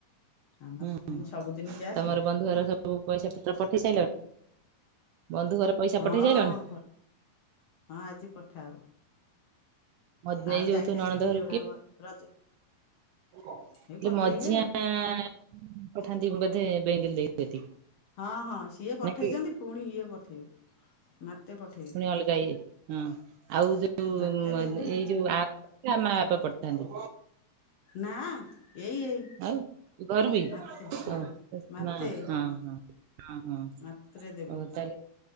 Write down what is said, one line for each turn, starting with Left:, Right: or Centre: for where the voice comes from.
Left: ଆମର
Right: ହୁଁ
Left: ସେନ୍ତି ସବୁଦିନି ଯାହା
Right: ତମର
Left: ସେୟା।
Right: ବନ୍ଧୁ ଘର ସବୁ ପଇସା ପତ୍ର ପଠେଇ ସାରିଲଣି? ବନ୍ଧୁ ଘର ପଇସା
Left: ହଁ
Right: ପଠେଇ ସାରିଲଣି?
Left: ପ ହଁ ଆଜି ପଠାହବ।
Right: ମ ଦେଇଯିବୁ
Left: ଆଉ ଯାଇସାରିଲେଣି
Right: ତୋ ନଣନ୍ଦ ଘରକୁ
Left: ଯୋଡ଼ାବ
Right: କେ
Left: ରଜ
Right: କିଏ
Left: ଏଇ ପଠେଇବେ
Right: ମଝିଆ
Left: ଆଉ।
Right: ଆଁ ପଠାନ୍ତି ବୋଧେ ବେଙ୍ଗୁଲି ଦେଇ କତିକି?
Left: ହଁ ହଁ ସିଏ ପଠେଇଛନ୍ତି,
Right: ନା କିଏ
Left: ପୁଣି ଇଏ ପଠେଇବେ। ମାତେ ପଠେଇବେ।
Right: ପୁଣି ଅଲଗା ଇଏ ହଁ ଆଉ ଯୋଉ
Left: ମାତେ ଦେବେ
Right: ଏଇ ଯୋଉ ଆ ଶ୍ୟାମା ବାପା ପଠାନ୍ତି।
Left: ନା ଏଇ ଏଇ।
Right: ଆଉ ଘରୁ ବି
Left: ମାତେ
Right: ହୁ
Left: ମା ମାତେ
Right: ନା ହ ହଁ। ହଁ ହଁ
Left: ମାତ୍ରେ ଦେବେ।
Right: ହଉ ତାହଲେ